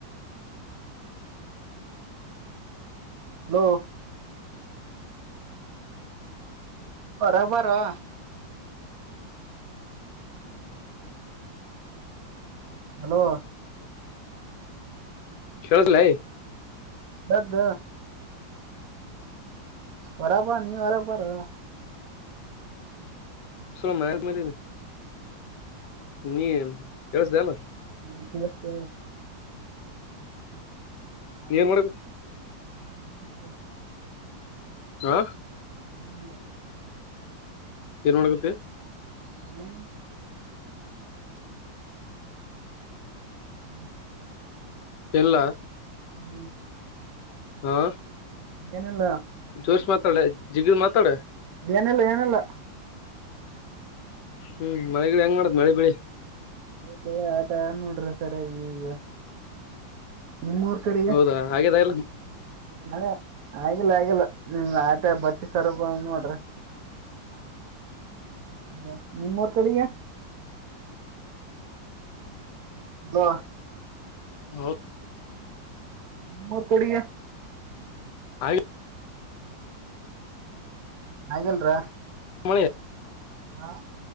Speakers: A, on the right; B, on the left.
A: hello ಹೊರಗ್ ಬಾರೋ. ಹಲೋ
B: ಕೇಳುಸ್ಲಯ್.
A: ಬೆದ್ದ. ಹೊರಗ್ ಬಾ ನೀ ಹೊರಗ್ ಬಾರೋ.
B: <unintelligible> ಸಲ ಮೇಲಮಲೀನಿ ನೀಕೆಳುಸ್ದಲ್ಲ.
A: ಹ್ಮ <unintelligible>
B: ನೀ ಹೊರಗ್
A: ಹ್ಮ್ ಹಬ
B: ಹಾ
A: ಹ
B: ಏನ್ ಮಾಡಡಗತಿೆ
A: ಇ ಹ್ಮ
B: ಇಲ್ಲ
A: ಹ್ಮ್
B: ಹಾ
A: ಏನಲ್ಲ
B: ಜೋಶ್ ಮಾತಾಡ ಜಿಗಿದ್ ಮಾತಾಡ
A: ಏನೆಲ್ಲ ಏನೆಲ್ಲ
B: ಹ್ಮ್ ಮಳಿ ಹೆಂಗ ಮಾಡಡತ್ ಮಳೆ ಬಳಿ
A: ಹೇ ಆಯತ ನೋಡ್ರಿ ಸರ ಈಗ ನಿಮ್ಮೂರ್ ಕಡೆಗೆ
B: ಹೌದಾ ಹಾಗಿದೆ ಇಲ್ಲ
A: ಮಳೆ ಆಗಿಲ್ಲ ಆಗಿಲ್ಲ ಆಟ ಬ ಕರಬ ಮಾತ್ರೆ ಹ ನಿಮ್ಮೂರ್ ಕಡೆಿಗೆ ಅ
B: ಹೌ
A: ಮೂೂರು ಕಡಿಗೆ
B: ಆಯ
A: ನಗಲ್ರ
B: ಮಳ
A: ಹಾ